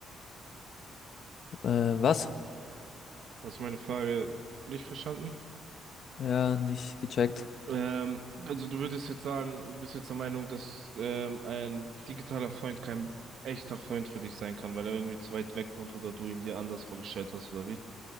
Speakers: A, on the left; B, on the right.
A: Äh, was?
B: Hast du meine Frage nicht verstanden?
A: Ja, nicht gecheckt.
B: Ähm, also du würdest jetzt sagen, du bist jetzt der Meinung, dass ähm, ein digitaler Freund kein echter Freund für dich sein kann, weil er irgendwie zu weit weg wohnt oder du ihn dir anders vorgestellt hast, oder wie?